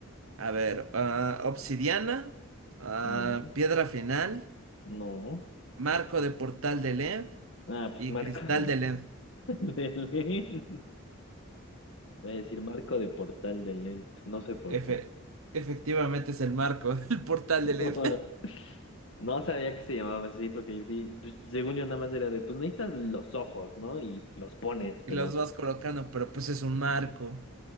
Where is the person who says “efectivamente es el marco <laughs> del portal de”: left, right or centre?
Right